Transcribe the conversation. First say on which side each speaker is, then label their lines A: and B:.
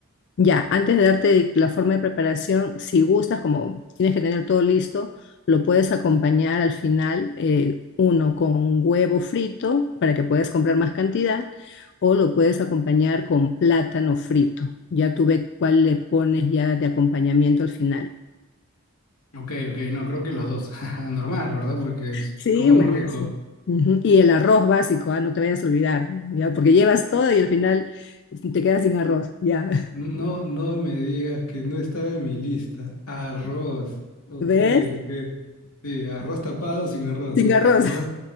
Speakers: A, on the left; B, on the left.
A: Ya, antes de darte la forma de preparación, si gustas, como tienes que tener todo listo, lo puedes acompañar al final, eh, uno con huevo frito para que puedas comprar más cantidad, o lo puedes acompañar con plátano frito. Ya tú ve cuál le pones ya de acompañamiento al final.
B: Ok, ok, no, creo que los dos. <laughs> Normal, ¿verdad? Porque es-
A: Sí,
B: comemos
A: buenazo.
B: rico.
A: Ujú, Y el arroz básico, ah, no te vayas a olvidar, ya, porque llevas todo y al final te quedas sin arroz, ya. <laughs>
B: No, no me digas que no estaba en mi lista. Arroz. Ok,
A: ¿Ves?
B: ok. Sí, arroz tapado sin arroz.
A: Sin
B: uh,
A: arroz.
B: Arroz.